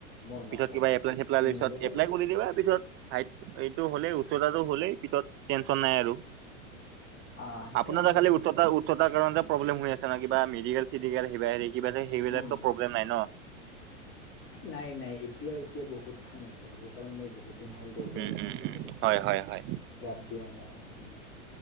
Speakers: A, on the left; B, on the right.
A: মোৰ
B: পিছত
A: নহ'ব
B: কিবা এপ্লাই চপলাই
A: মই
B: পিছত
A: নিজকে
B: এপ্লাই
A: গম
B: কৰি দ আৰু পিছত ভাইট এইটো হ'লেইঠ টো হ'লেই পিছত টেনচন নাই আৰু
A: আহ সেইটা
B: আপোনাৰ
A: হয়
B: ত খালি উ উওঠতাৰ কাৰণ প্ৰব্লেম হৈ আছে ন কিবা মেডিকেল চিডেল সেই হেৰি কিবাতে সেইবিলাকত
A: উম
B: প্ৰব্লেম নাই ন।
A: নাই নাই এতিয়াও এতিয়া বহুত সমস্যা হ'ব পাৰে মই বহুত বহু দিন হ'ল দৌৰবা
B: উম
A: যোৱা
B: উম
A: নাই
B: উম
A: বহুত দিন
B: হয় হয় হয়
A: জাপ দিয়া নাই। ওম।